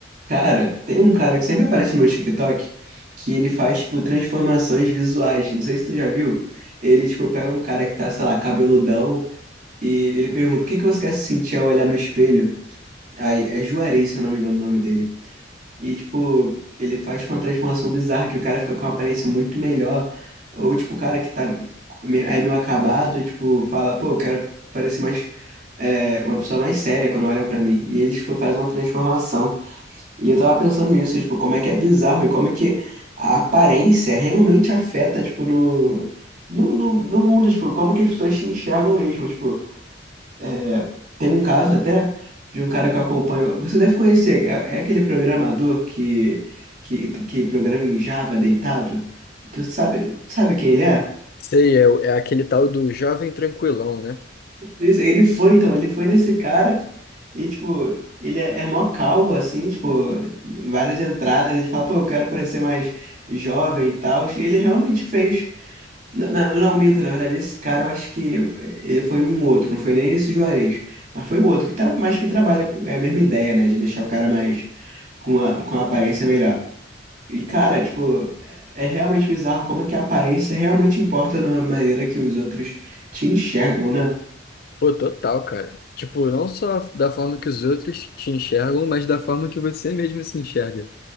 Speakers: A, on the right (about 45°); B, on the left (about 50°).
A: Cara, tem um cara que sempre aparece no meu TikTok que ele faz, tipo, transformações visuais. Não sei se tu já viu. Ele, tipo, pega um cara que tá, sei lá, cabeludão e ele pergunta: o que que você quer se sentir ao olhar no espelho? Aí é Juarez, se eu não me engano, o nome dele. E, tipo, ele faz uma transformação bizarra que o cara fica com uma aparência muito melhor. Ou, tipo, o cara que tá meio- é meio acabado e, tipo, fala: pô, eu quero parecer mais. é, uma pessoa mais séria quando olham pra mim. E eles, tipo, fazem uma transformação. E eu tava pensando nisso, tipo, como é que é bizarro e como é que a aparência realmente afeta, tipo, no, no, no, no mundo, tipo, como que as pessoas se enxergam mesmo, tipo, é, tem um caso até de um cara que eu acompanho, você deve conhecer, é, é aquele programador que, que, que programa em Java deitado, tu sabe, sabe quem ele é?
B: Sei, é, o- é aquele tal do jovem tranquilão, né?
A: Isso, ele foi, então, ele foi nesse cara e, tipo, ele é, é mó calvo, assim, tipo, várias entradas. Ele fala, pô, eu quero parecer mais jovem e tal. E ele realmente fez. Não, não, não, minto, na verdade, esse cara eu acho que ele foi um outro, não foi nem esse Juarez, mas foi um outro, que tra... mas que trabalha, com- é a mesma ideia, né, de deixar o cara mais, com uma, com uma aparência melhor. E, cara, tipo, é é realmente bizarro como é que a aparência realmente importa na maneira que os outros te enxergam, né?
B: Pô, total, cara. Tipo, não só da forma que os outros te enxergam, mas da forma que você mesmo se enxerga.